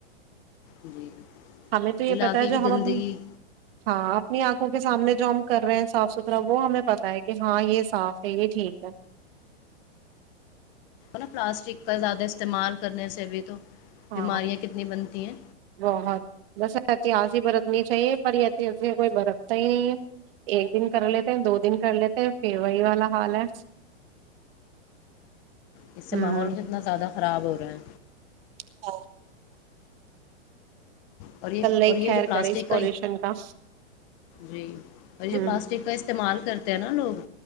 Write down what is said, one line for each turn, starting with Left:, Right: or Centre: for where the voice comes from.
Left: جی
Right: <unintelligible> ہمیں تو یہ
Left: علاقے
Right: پتہ ہے جو
Left: کی گندگی
Right: ہم اپ ہاں اپنی آنکھوں کے سامنے جو ہم کر رہے ہیں صاف ستھرا وہ ہمیں پت ہے کہ ہاں یہ صاف ہے یہ ٹھیک ہے
Left: نا پلاسٹک <unintelligible> کا زیادہ استعمال کرنے سے بھی تو
Right: ہاں
Left: بیماریاں کتنی بنتی ہیں
Right: بہت بس <unintelligible> اتہسی ہی برتنی چاہیے پر یہس کوئی برتتا ہی نہیں ہے ایک دن کر لیتے ہیں دو دن کر لیتے ہیں پھر وہی والا حال ہے
Left: اس سے
Right: ہوں
Left: ماحول کتنا زیادہ خراب ہو رہا ہے
Right: چ
Left: اور یہ
Right: ہی
Left: اور یہ
Right: خیر
Left: جو پلاسٹک
Right: کرے اس پالوشن
Left: کا
Right: کا
Left: جی اور یہ جو
Right: ہ
Left: پلاسٹک کا استعمال کرتے ہیں نا لوگ